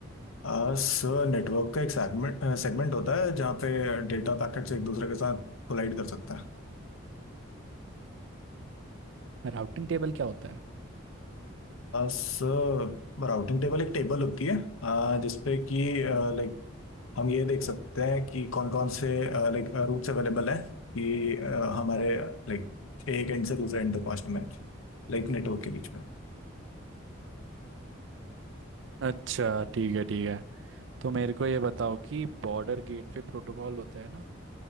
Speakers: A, on the left; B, on the right.
A: अह, सर नेटवर्क का एक सेगमेंट सेगमेंट होता है जहाँ पे डेटा पैकेट्स एक दूसरे के साथ कोलाइड कर सकता है
B: राउटिंग टेबल क्या होता है
A: सर राउटिंग टेबल एक टेबल होती है आ, जिसपे कि लाइक हम ये देख सकते हैं कि कौन कौन से लाइक रूट्स अवेलेबल हैं कि आ, हमारे लाइक एक एंड से दूसरे एंड तक पहुंचने में लाइक नेटवर्क के बीच में
B: अच्छा ठीक है ठीक है तो मेरे को ये बताओ कि बॉर्डर गेट पे प्रोटोकॉल होता है ना